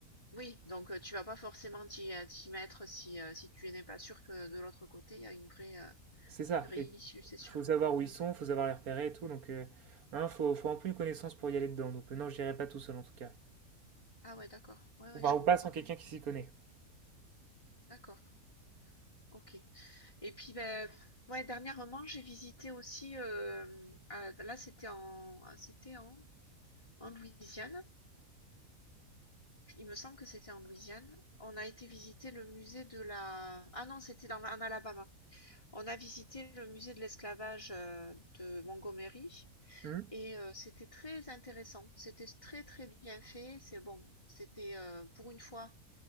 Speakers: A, on the left; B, on the right.
A: oui. Donc euh, tu vas pas forcément t'y euh, t'y mettre si euh, si tu n'es pas sûr que de l'autre côté il y a une vraie euh,
B: C'est ça.
A: une vraie
B: Et
A: issue, c'est sûr.
B: faut savoir
A: Mm.
B: où ils sont, faut savoir les repérer et tout. Donc, euh, hein, faut, faut un peu une connaissance pour y aller dedans. Donc, euh, non, j'irai pas tout seul en tout cas.
A: Ah ouais, d'accord. Ouais, ouais,
B: Enfin,
A: je comprends.
B: ou pas sans quelqu'un qui s'y connaît.
A: D'accord. Ok. Et puis ben ouais, dernièrement j'ai visité aussi. euh, à- là c'était en, ah, c'était en en Louisiane. Il me semble que c'était en Louisiane. On a été visiter le musée de la... Ah non, c'était dans, la- en Alabama. On a visité le musée de l'esclavage euh, de Montgomery
B: Hmm.
A: et euh, c'était très intéressant. C'était très très bien fait. C'est bon, c'était euh, pour une fois